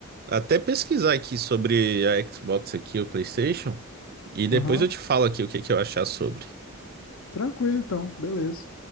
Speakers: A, on the right; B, on the left.
A: até pesquisar aqui sobre a Xbox aqui, o PlayStation, e depois
B: Aham.
A: eu te falo aqui o que que eu achar sobre.
B: Tranquilo então, beleza.